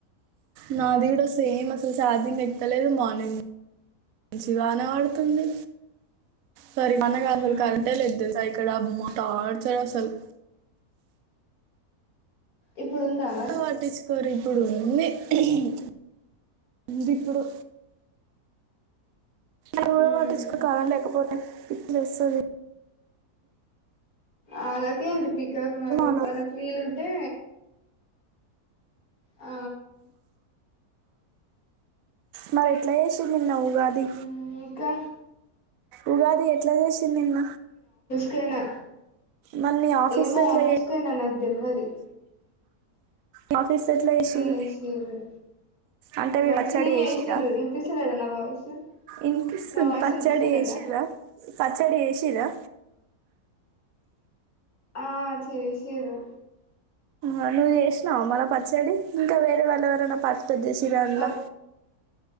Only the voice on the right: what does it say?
నాది కూడా సేమ్ అస్సలు ఛార్జింగెక్తలేదు మార్నింగ్ నిం చి వాన వడ్తుంది సరి వన
గాదు కరెంటే లేదెల్సా ఇక్కడ అమ్మా టార్చర్ అస్సల్
ట్ వట్టించ్కోరే ఇప్పుడుంది ఉహు ఉందిప్పుడు ఎవ్వరూ
వట్టించ్కోర్ కరెంట్ లేకపోతే పిచ్చిలేస్సది
అలా
మరెట్లా చేషిర్ నిన్న ఉగాది
ఉగాది ఎట్లాజేషిర్ నిన్న
మరి మీ ఆఫీస్లో
ఎట్లా
మాఫీస్లెట్లా చేషిరు
అంటే మీ
పచ్చడి చేషిర్రా
ఇన్పిస్సుంద్
పచ్చడి
చేషిర్రా పచ్చడి చేషిర్రా
ఆ నువ్వు చేష్నవా మల పచ్చడి ఇంకా వేరే వాళ్ళెవరన్న పార్టిసిపేట్ జీషిరాల్లా